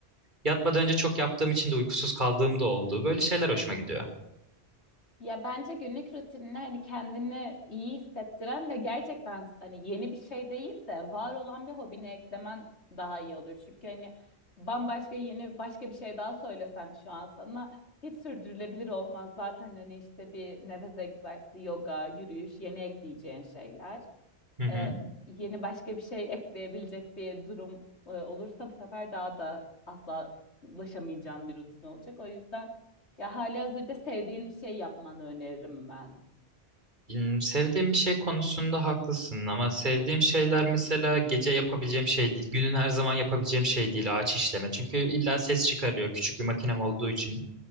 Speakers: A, on the right; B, on the left.
A: Yatmadan önce çok yaptığım için de uykusuz kaldığım da oldu. Böyle şeyler hoşuma gidiyor.
B: Ya bence günlük rutinine hani kendini iyi hissettiren ve gerçekten hani yeni bir şey değil de var olan bir hobine eklemen daha iyi olur. Çünkü hani bambaşka yeni başka bir şey daha söylesem şu an sana hiç sürdürülebilir olmaz. Zaten hani işte bir nefes egzersizi, yoga, yürüyüş, yeni ekleyeceğin şeyler
A: Hı hı.
B: e, yeni başka bir şey ekleyebilecek bir durum e, olursa bu sefer daha da asla ulaşamayacağın bir rutin olacak. O yüzden ya halihazırda sevdiğin bir şey yapmanı öneririm ben.
A: Hmm, sevdiğim bir şey konusunda haklısın ama sevdiğim şeyler mesela gece yapabileceğim şey değil. Günün her zaman yapabileceğim şey değil ağaç işleme. Çünkü illa ses çıkarıyor küçük bir makinem olduğu için.